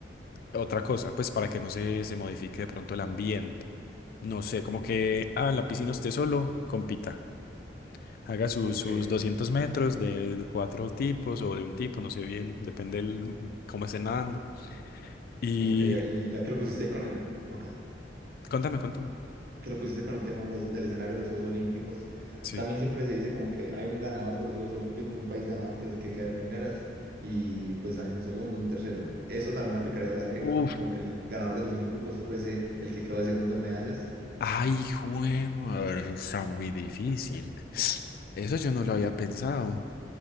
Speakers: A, on the left (about 55°); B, on the right (about 60°).
A: Otra cosa, pues para que no se, se modifique de pronto el ambiente. No sé, como que, ah, en la piscina usted solo, compita. Haga sus,
B: Ok,
A: sus 200 metros de, de cuatro tipos o de un tipo, no sé bien, depende el, cómo esté nadando. Y
B: ok, y ya que lo pusiste con el, ok,
A: contame, contame.
B: que lo pusiste con el tema de los, del escenario de los Juegos Olímpicos,
A: Sí.
B: también siempre se dice como que hay un ganador de los Juegos Olímpicos, un país ganador que es el que queda de primeras, y pues hay un segundo, un tercero. Eso también aplicaría la regla,
A: Uf,
B: como que el ganador de los Olímpicos fuese el que quedó de segundo en medallas.
A: ay, jue- madre, está muy difícil. Eso yo no lo había pensado.